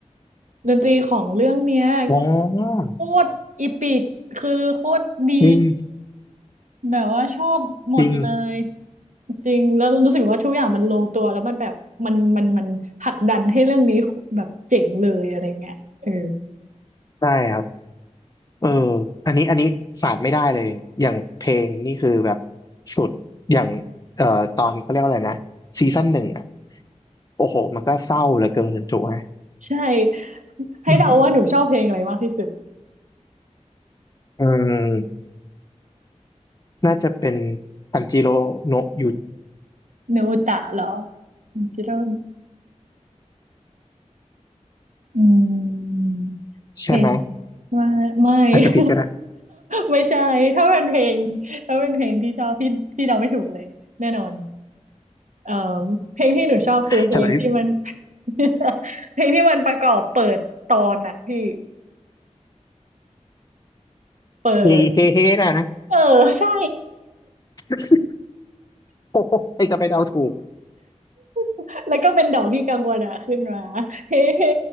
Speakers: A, on the right (about 85°); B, on the left (about 30°).
A: ดนตรีของเรื่องเนี้ยก็
B: อ๋อ
A: โคตรอีปิกคือโคตรดี
B: อื
A: แบบว่าชอบหมดเลย
B: จริง
A: จริงแล้วรู้สึกว่าทุกอย่างมันลงตัวแล้วมันแบบมันมันมันผลักดันให้เรื่องนี้แบบเจ๋งเลยอะไรเงี้ยเออ
B: ใช่ครับเอออันนี้อันนี้ขาดไม่ได้เลยอย่างเพลงนี่คือแบบสุดอย่างเอ่อตอนเขาเรียกว่าอะไรนะซีซั่นหนึ่งอ่ะโอ้โหมันก็เศร้าเหลือเกินถูกไหม
A: ใช่ให้เดาว่าหนูชอบเพลงอะไรมากที่สุด
B: อืมเออน่าจะเป็นทันจิโร่โนะยุน
A: เนโอตะเหรอจิโร่ อืม
B: ใช่ไหม
A: เพลงไม่ไม่
B: อาจจะผิดก็ได้
A: <laughs> ไม่ใช่ถ้าเป็นเพลงถ้าเป็นเพลงที่ชอบพี่พี่เดาไม่ถูกเลยแน่นอนเอ่อเพลงที่หนูชอบคือเพลงที่มัน
B: เฉลย
A: <laughs> เพลงที่มันประกอบเปิดตอนอะพี่เปิด
B: เฮเฮเฮนะนะ
A: เออใช่
B: <laughs> โอ้โหใครจะไปเดาถูก
A: <laughs> แล้วก็เป็นดอกที่กังวลอะขึ้นมา <laughs> เฮ้เฮ้